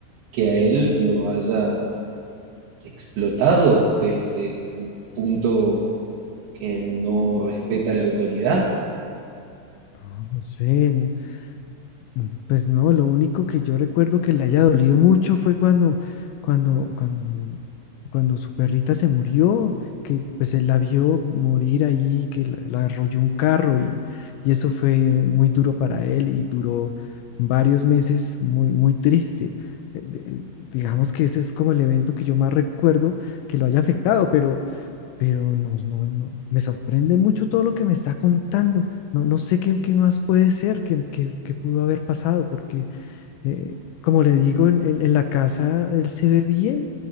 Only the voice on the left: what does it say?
no, no sé, no. Mm, Pues no, lo único que yo recuerdo que le haya dolido mucho fue cuando, cuando, cuando, cuando su perrita se murió, que pues él la vio morir ahí, que la, la arrolló un carro y, y eso fue muy duro para él y duró varios meses muy, muy triste. Eh, de- eh, digamos que ese es como el evento que yo más recuerdo que lo haya afectado, pero pero no, no, no, me sorprende mucho todo lo que me está contando. No, no sé qué, qué más puede ser, qué, qué- qué pudo haber pasado, porque eh, como le digo, en, en- en la casa él se ve bien